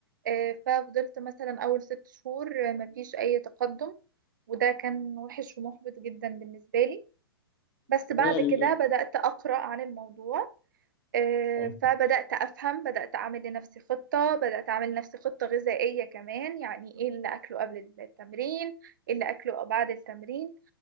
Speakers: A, on the right; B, on the left.
A: آه، ففضلت مثلا أول ست شهور آه، مفيش أي تقدم وده كان وحش ومحبط جدا بالنسبة لي بس
B: طبيعي
A: بعد
B: ال-
A: كده بدأت أقرأ عن الموضوع آه،
B: ال-
A: فبدأت أفهم بدأت أعمل لنفسي خطة بدأت أعمل لنفسي خطة غذائية كمان يعني إيه اللي أكله قبل التمرين إيه اللي أكله بعد التمرين